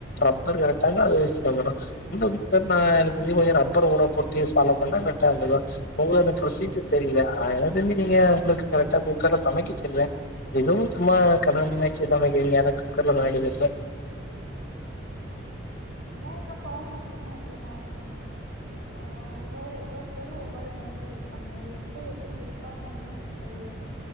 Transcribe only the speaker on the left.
ரப்பர் கரெக்டா இந்தா அது விசில் வந்ரு இந்த குக்கர் நா இங்க கொஞ்ச ரப்பர் ஊற போட்டு ஃபாலோ பண்ணா ரெட்டா வந்ரு ஒங்ளு அந்த ப்ரொசீஜர் தெரில அதனால தெரிஞ்ச நீங்க உங்களுக்கு கரெக்டா குக்கர்ல சமைக்க தெர்ல எதோ சும்மா கடமைக்கு சமைக்கிறீங்க ஏன்னா குக்கர்ல சமைக்க தெர்ல